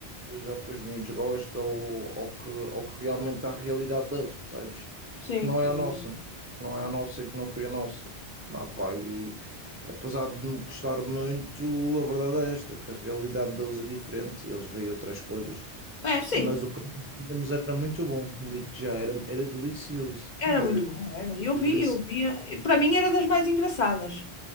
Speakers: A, on the right; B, on the left.
A: ao que os miúdos gostam ou ao que, ao que realmente é a realidade deles, percebes?
B: sim.
A: Que não é
B: É,
A: a nossa,
B: verdade.
A: não é a nossa e que não foi a nossa. Ah, pá, e, apesar de me gostar muito, a verdade é esta, que a realidade deles é diferente, eles veem outras coisas.
B: É, sim.
A: Mas o que nós víamos era muito bom, digo-te já, era, era delicioso,
B: Era
A: era
B: muito bom, era. Eu
A: delicioso.
B: vi, eu via. E Para mim era das mais engraçadas.